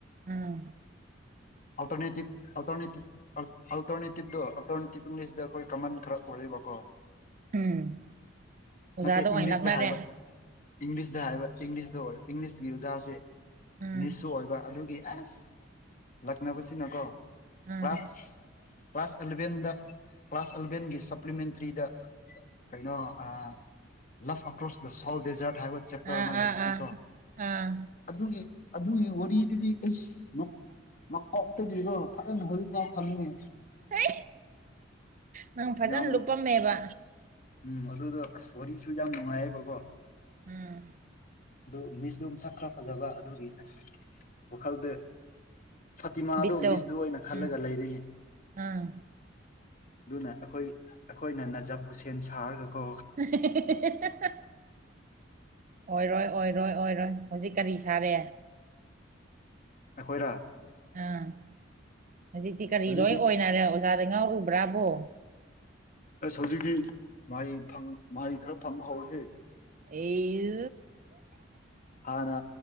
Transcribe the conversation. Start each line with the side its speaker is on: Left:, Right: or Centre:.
Right: ꯎꯝ
Left: ꯑꯜꯇꯔꯅꯦꯇꯤꯚ ꯑꯜꯇꯔꯅꯦꯇꯤꯚ ꯑꯜꯇꯔꯅꯦꯇꯤꯞꯗꯣ-ꯑꯜꯇ꯭ꯔꯅꯦꯇꯤꯞ ꯏꯪꯂꯤꯁꯇꯤ ꯑꯩꯈꯣꯏ ꯀꯃꯟ ꯈꯔ ꯑꯣꯏꯕꯀꯣ
Right: ꯎꯝ ꯑꯣꯖꯥꯗ
Left: ꯅꯠꯇꯦ
Right: ꯑꯣꯏꯅ
Left: ꯏꯪꯂꯤꯁꯇ
Right: ꯂꯛꯅꯔꯦ
Left: ꯍꯥꯏꯕ ꯏꯪꯂꯤꯁꯇ ꯍꯥꯏꯕ ꯏꯪꯂꯤꯁꯇ ꯑꯣꯏ ꯏꯪꯂꯤꯁꯀꯤ ꯑꯣꯖꯥꯁꯦ
Right: ꯎꯝ
Left: ꯃꯤꯁꯁꯨ ꯑꯣꯏꯕ ꯑꯗꯨꯒꯤ ꯑꯁ ꯂꯛꯅꯕꯁꯤꯅꯀꯣ
Right: ꯎꯝ
Left: ꯀ꯭ꯂꯥꯁ ꯀ꯭ꯂꯥꯁ ꯑꯦꯂꯚꯦꯟꯗ ꯀ꯭ꯂꯥꯁ ꯑꯦꯂꯚꯦꯟꯒꯤ ꯁꯄ꯭ꯂꯤꯃꯦꯟꯇꯔꯤꯗ ꯀꯩꯅꯣ ꯑ love across the salt desert ꯍꯥꯏꯕ ꯆꯦꯞꯇꯔ
Right: ꯑꯥ
Left: ꯑꯃ ꯂꯩꯕꯅꯤꯀꯣ
Right: ꯑꯥ ꯑꯥ ꯑꯥ
Left: ꯑꯗꯨꯒꯤ ꯑꯗꯨꯒꯤ ꯋꯥꯔꯤꯗꯨꯗꯤ ꯏꯁ ꯃꯥ ꯀꯣꯛ ꯇꯕꯤꯒꯣ ꯐꯅ ꯍꯣꯏ ꯐꯥꯎ ꯈꯪꯅꯦ
Right: ꯍ ꯅꯪ ꯐꯖꯅ
Left: ꯌꯥꯝ
Right: ꯂꯨꯞꯄꯝꯃꯦꯕ
Left: ꯎꯝ ꯑꯗꯨꯗꯣ ꯑꯁ ꯋꯥꯔꯤꯁꯨ ꯌꯥꯝ ꯅꯨꯡꯉꯥꯏꯌꯦꯕꯀꯣ
Right: ꯎꯝ
Left: ꯑꯗꯨ ꯃꯤꯁꯇꯣꯝ ꯁꯛꯈ꯭ꯔ ꯐꯖꯕ ꯑꯗꯨꯒꯤ ꯑꯁ ꯋꯥꯈꯜꯗ ꯐꯇꯤꯃꯥꯗꯨ
Right: ꯕꯤꯠꯇꯣ
Left: ꯃꯤꯁꯗꯨ ꯑꯣꯏꯅ ꯈꯜꯂꯒ
Right: ꯎꯝ
Left: ꯂꯩꯔꯩꯅꯤ
Right: ꯑꯥ
Left: ꯑꯗꯨꯅ ꯑꯩꯈꯣꯏ ꯑꯩꯈꯣꯏꯅ ꯅꯖꯞ ꯍꯣꯁꯦꯟ ꯁꯥꯔꯒ ꯀꯣ
Right: <unintelligible> ꯑꯣꯏꯔꯣꯏ ꯑꯣꯏꯔꯣꯏ ꯑꯣꯏꯔꯣꯏ ꯍꯧꯖꯤꯛ ꯀꯔꯤ ꯁꯥꯔꯦ
Left: ꯑꯩꯈꯣꯏꯔ
Right: ꯑꯥ ꯍꯧꯖꯤꯛꯇꯤ ꯀꯔꯤ
Left: ꯍꯧꯖꯤꯛꯇꯤ
Right: ꯂꯣꯏ ꯑꯣꯏꯅꯔꯦ ꯑꯣꯖꯥꯗ ꯉꯥꯎꯔꯨꯕ꯭ꯔꯥꯕꯣ
Left: ꯑꯁ ꯍꯧꯖꯤꯛꯀꯤ ꯃꯍꯩ ꯃꯍꯩ ꯈꯔ ꯐꯪꯕ ꯍꯧꯔꯁꯤꯦ
Right: ꯑꯩꯜ
Left: ꯍꯥꯟꯅ